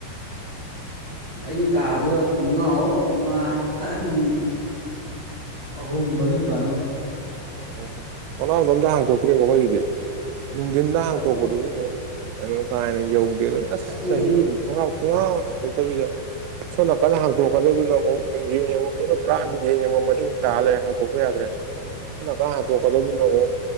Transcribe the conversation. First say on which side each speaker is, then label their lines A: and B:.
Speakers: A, on the right; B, on the right.
A: ꯑꯩꯗꯤ ꯀꯥꯗꯨ ꯊꯣꯡꯅꯥꯎ ꯑꯃ ꯑꯅꯤ ꯑꯍꯨꯝ ꯃꯔꯤ ꯄꯥꯟ ꯃꯥꯟ
B: ꯑꯣ ꯊꯣꯅꯥꯎ ꯁꯨ ꯑꯝꯇ ꯍꯥꯡꯇꯣꯛ ꯇꯔꯦꯕ ꯑꯒꯣꯏꯒꯤꯗꯤ ꯅꯨꯡꯗꯤꯟꯗ ꯍꯥꯡꯇꯣꯛꯄꯗꯨꯁꯨ
A: ꯍꯥꯏꯗꯤ
B: ꯑꯃꯨꯛ ꯀꯩꯅꯣ ꯀꯥꯏ ꯍꯦꯅ ꯌꯧ ꯁꯦ ꯑꯁ
A: ꯍꯥꯏꯗꯤ
B: ꯆꯍꯤ ꯑꯃꯗ ꯈꯣꯡꯉꯥꯎ ꯁꯨꯡꯍꯥꯡ ꯍꯥꯡꯗꯣꯛꯇꯕꯤꯗ ꯁꯣꯝ ꯅꯥꯀꯟꯅ ꯍꯥꯡꯇꯣꯛꯀꯗꯧꯗꯨꯅ ꯑꯃꯨꯛ ꯃꯤꯖꯦꯜ ꯌꯦꯡꯉꯝꯕꯅ ꯄꯨꯔꯥ ꯃꯤ ꯅꯤꯡꯖꯦꯜ ꯌꯦꯡꯉꯣꯝ ꯑꯅꯤꯨ ꯇꯥꯍꯜꯂꯦ ꯍꯟꯗꯣꯛꯄ ꯌꯥꯗ꯭ꯔꯦ ꯅ ꯀꯥꯏ ꯇ ꯀꯗꯕꯨ ꯃꯨꯛ